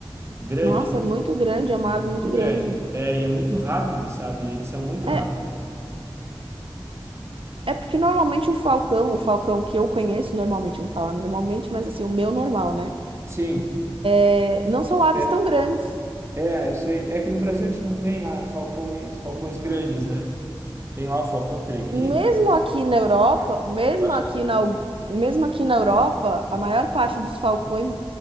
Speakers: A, on the right (about 30°); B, on the right (about 75°).
A: Grande,
B: Nossa, é muito grande, é uma
A: é
B: ave
A: muito
B: muito grande.
A: grande. É, e é muito rápido, sabe? Eles são muito
B: É,
A: rápidos.
B: é porque normalmente o falcão, o falcão que eu conheço normalmente, vamos falar normalmente, mas assim, o meu normal, né?
A: Sim,
B: É, não
A: outra
B: são aves
A: espécie.
B: tão grandes.
A: É, eu sei. É que no Brasil a gente não tem ah, falcões, falcões grandes, né? Tem lá o falcão peregrino.
B: Mesmo aqui na Europa,
A: Ah,
B: mesmo
A: Eu acho
B: aqui
A: que
B: na, mesmo aqui na Europa, a maior parte dos falcões.